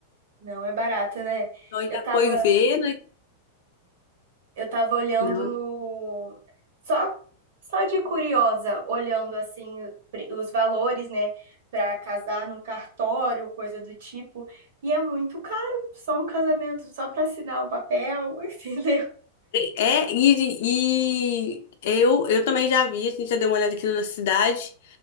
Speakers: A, on the right; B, on the left.
A: Não é barato, né?
B: maravilhoso,
A: Eu
B: já
A: tava
B: foi ver, né?
A: Eu tava olhando
B: Não.
A: no. Só, só de curiosa, olhando assim o pre- os valores, né, Pra casar no cartório, coisa do tipo. E é muito caro, só um casamento, só pra assinar um papel, <laughs> entendeu?
B: É, É, e, e eu, eu também já vi, a gente já deu uma olhada aqui na nossa cidade.